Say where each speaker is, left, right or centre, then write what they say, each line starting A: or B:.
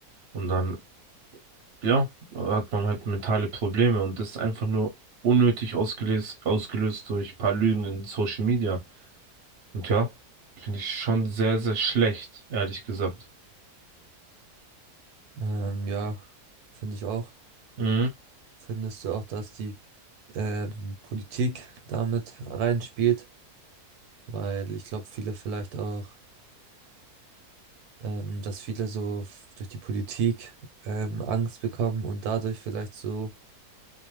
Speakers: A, on the right (about 50°); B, on the right (about 75°).
A: und dann ja, hat man halt mentale Probleme und das ist einfach nur unnötig ausgelöst, ausgelöst durch ein paar Lügen in Social Media. Und ja, finde ich schon sehr, sehr schlecht, ehrlich gesagt.
B: Ähm, ja, finde ich auch.
A: Mhm.
B: Findest du auch, dass die ähm, Politik damit reinspielt, weil ich glaube, viele vielleicht auch, ähm, dass viele so f- durch die Politik ähm, Angst bekommen und dadurch vielleicht so